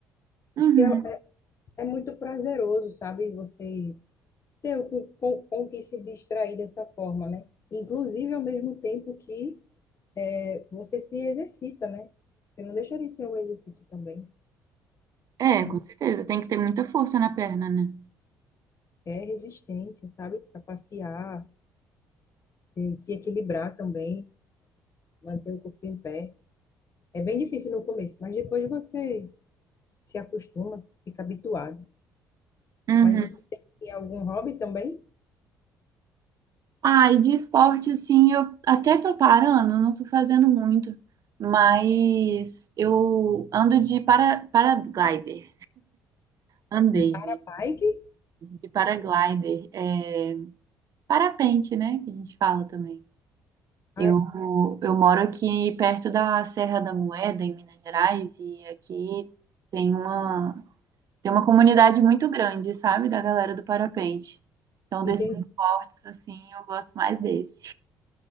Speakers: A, on the right; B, on the left.
A: Uhum.
B: Acho que é, é muito prazeroso, sabe? Você ter o que, com, com o que se distrair dessa forma, né? Inclusive, ao mesmo tempo que é, você se exercita, né? Porque não deixa de ser um exercício também.
A: É,
B: É muito-
A: com certeza. Tem que ter muita força na perna, né?
B: é resistência, sabe? Para passear, se, se equilibrar também, manter o corpo em pé. É bem difícil no começo, mas depois você se acostuma, fica habituado.
A: Uhum.
B: Mas você tem algum hobby também?
A: Ah, e de esporte, assim, eu até tô parando, não tô fazendo muito, mas eu ando de para, paraglider. Andei,
B: De para-bike?
A: né? De paraglider. É, parapente, né? Que a gente fala também.
B: Ah,
A: Eu, eu moro aqui perto da Serra da Moeda, em Minas Gerais, e aqui tem uma, tem uma comunidade muito grande, sabe, da galera do parapente. Então,
B: entendi.
A: desses esportes, assim, eu gosto mais desse.